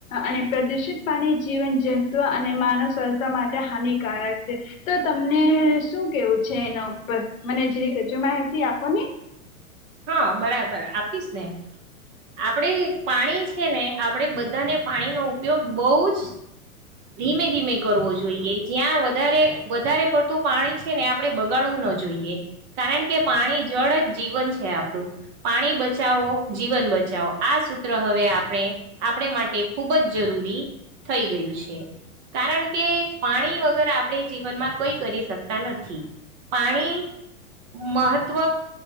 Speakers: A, on the left; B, on the right.
A: અને પ્રદુષિત પાણી જીવન જંતુવ અને માનવ સ્વસ્થતા માટે હાનિકારક છે, તો તમને શું કેવું છે એના ઉપર મને જે હજુ માહિતી આપો ને?
B: હા બરાબર આપીશ ને આપડે પાણી છે ને આપણેે બધાને પાણીનો ઉપયોગ બહુ જ ધીમે ધીમે કરવો જોઈએ જ્યાં વધારે વધારે પડતું પાણી છે, ને આપણે બગાડવું ન જોઈએ કારણ કે પાણી જળ જ જીવન છે આપણું પાણી બચાવો જીવન બચાવો આ સૂત્ર હવે આપણે આપણે માટે ખૂબ જ જરૂરી થઈ ગયું છે. કારણ કે પાણી વગર આપણે જીવનમાં કઈ કરી શકતા નથી પાણી મહત્વ